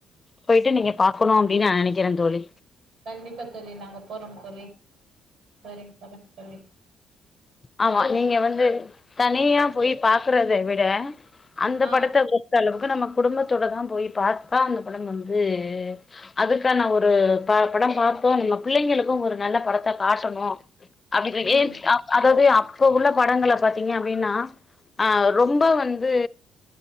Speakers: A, on the left; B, on the right.
A: போயிட்டு நீங்க பாக்கணு அப்படின்னு நா நினைக்கிறே தோழி
B: கண்டிப்பா தோழி நாங்க போறோம் தோழி சரிங்க சொல்லுங்க தோழி
A: ஆமா நீங்க வந்து தனியா போய் பாக்கறதை விட அந்த
B: ஆ
A: படத்த பொறுத்த அளவுக்கு நம்ம குடும்பத்தோடதா போய் பாத்தா அந்த படம் வந்து அதுக்கான ஒரு ப படம் பாத்தோம் நம்ம பிள்ளைங்களுக்கு ஒரு நல்ல படத்த காட்டணு அதுக்கு
B: ம்
A: ஏஜ் அ அதாவது அப்ப உள்ள படங்கள பாத்தீங்க அப்படின்னா ஆ ரொம்ப வந்து